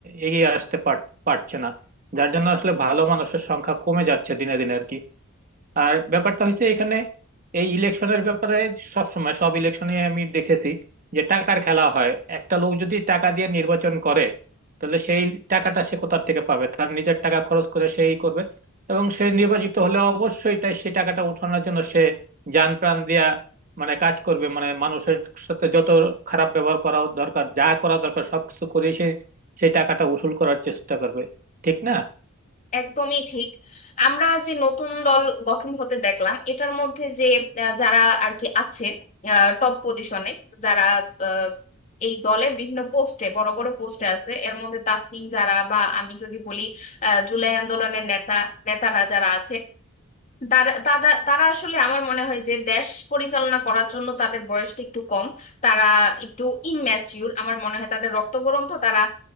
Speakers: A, on the right; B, on the left.
A: এগিয়ে আসতে পার- পারছে না যার জন্য আসলে ভালো মানুষের সংখ্যা কমে যাচ্ছে দিনে দিনে আর কি আর ব্যাপারটা হয়েছে এখানে এই ইলেকশনের ব্যাপারে সব সময় সব ইলেকশনে আমি দেখেছি যে টাকার খেলা হয় একটা লোক যদি টাকা দিয়ে নির্বাচন করে তাহলে সেই টাকাটা সে কোথা থেকে পাবে তার নিজের টাকা খরচ করে সেই করবে এবং সে নির্বাচিত হলে অবশ্যই তাই সেই টাকাটা উঠানোর জন্য সে জান প্রাণ দিয়া মানে কাজ করবে মানে মানুষের সাথে যত খারাপ ব্যবহার করা দরকার যা করা দরকার সবকিছু করে সে সেই টাকাটা উসুল করার চেষ্টা করবে ঠিক না
B: একদমই ঠিক আমরা যে নতুন দল গঠন হতে দেখলাম এটার মধ্যে যে আহ, যারা আর কি আছে টপ পজিশনে যারা আহ, এই দলের বিভিন্ন পোস্টে বড় বড় পোস্টে আছে এর মধ্যে তাসনিম যারা বা আমি যদি বলি আহ, জুলাই আন্দোলনের নেতা নেতারা যারা আছে তারা তারা তারা আসলে আমার মনে হয় যে দেশ পরিচালনা করার জন্য তাদের বয়সটা একটু কম তারা একটু ইনম্যাচিউর আমার মনে হয় তাদের রক্ত গরম তো তারা